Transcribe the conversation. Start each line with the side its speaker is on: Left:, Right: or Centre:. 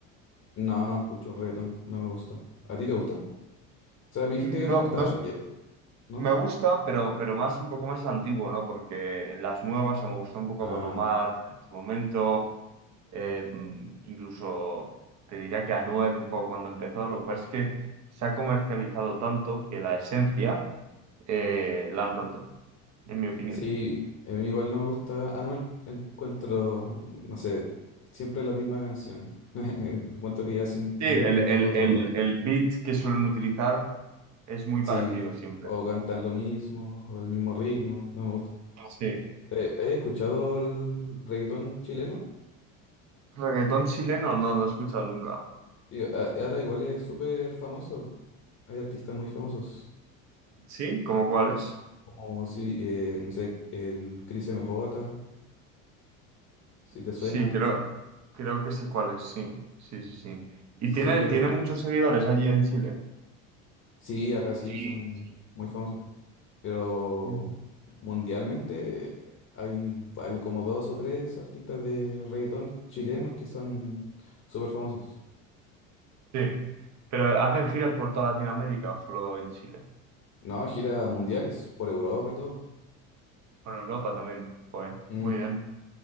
Left: No, no escucho reggaetón, no me gusta. ¿A ti te gusta? O sea, me
Right: No,
Left: dijiste que te gusta,
Right: no es-
Left: ye- ¿no?
Right: me gusta, pero, pero más un poco más antiguo, ¿no? Porque en las nuevas, o sea, me gusta un poco
Left: Ah,
Right: Don Omar en su momento, eh, mm, incluso te diría que Anuel un poco cuando empezó. Lo que pasa es que se ha comercializado tanto que la esencia eh, la han roto, en mi opinión.
Left: Sí, a mí igual no me gusta Anuel, encuentro, no sé, siempre la misma canción. <laughs> Encuentro que ya hacen
Right: Sí,
Left: lo
Right: el,
Left: mismo todo
Right: el,
Left: el
Right: el,
Left: rato.
Right: el beat que suelen utilizar es muy
Left: Sí,
Right: parecido siempre.
Left: o cantan lo mismo, o el mismo ritmo, no me gusta.
Right: Sí.
Left: Eh, he escuchado el reggaetón chileno
Right: Reggaetón chileno no, no he escuchado nunca.
Left: y a- ahora igual es súper famoso. Hay artistas muy famosos,
Right: ¿Sí? ¿Cómo cuál es?
Left: como si, eh, no sé, el Cris M J, si te
Right: Sí,
Left: suena.
Right: creo, creo que sé cuál es, sí. Sí, sí, sí. Y
Left: Sí,
Right: tiene, tiene
Left: ahora-
Right: muchos seguidores allí en Chile.
Left: sí, acá sí
Right: Sí.
Left: son muy famosos. Pero
Right: Ujú.
Left: mundialmente hay varios, como dos o tres artistas de reggaetón chilenos que son súper famosos.
Right: Sí. Pero hacen giras por toda Latinoamérica o solo en Chile.
Left: No, giras mundiales por Europa y todo.
Right: Por Europa también. Joder,
Left: Mm,
Right: muy bien.